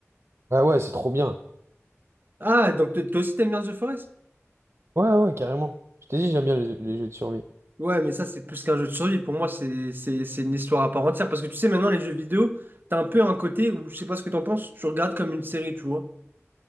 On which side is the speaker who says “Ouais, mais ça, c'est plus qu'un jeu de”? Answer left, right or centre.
Right